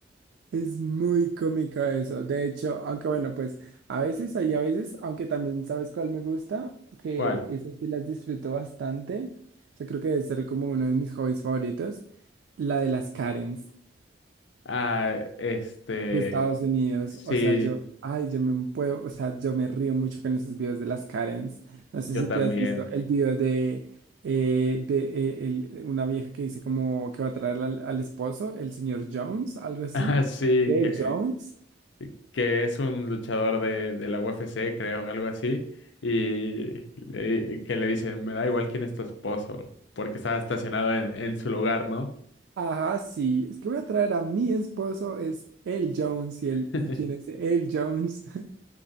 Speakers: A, on the right; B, on the left.
A: Es muy cómico eso. De hecho, aunque bueno, pues a veces hay a veces, aunque también sabes cuál me gusta, que
B: ¿Cuál?
A: esas sí las disfruto bastante. Yo creo que debe ser como uno de mis hobbies favoritos, la de las Karens
B: Ah, este,
A: de Estados Unidos.
B: sí,
A: O sea, yo, ay, yo me puedo, o sea, yo me río mucho con esos videos de las Karens. No sé
B: yo
A: si
B: también.
A: te has visto el video de, eh, de eh, el- una vieja que dice como que va a traer al, al esposo, el señor Jones, algo así,
B: Ah, sí,
A: de
B: que,
A: Jones.
B: que es un luchador de, de la UFC, creo, algo así, y le- que le dicen, me da igual quién es tu esposo, porque estaba estacionado en, en su lugar, ¿no?
A: Ajá, sí. Es que voy a traer a mi esposo, es el Jones. ¿Y,
B: <laughs>
A: el, ¿y quién es el Jones? <laughs>